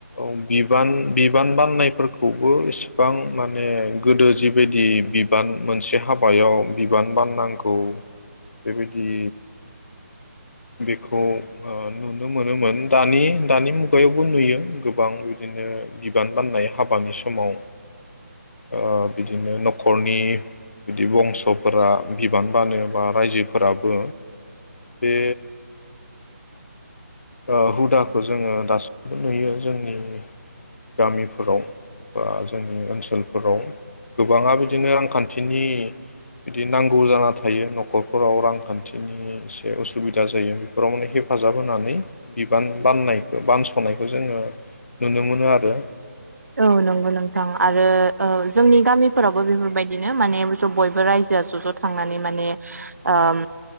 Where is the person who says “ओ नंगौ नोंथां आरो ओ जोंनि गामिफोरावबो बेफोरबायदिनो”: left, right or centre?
Right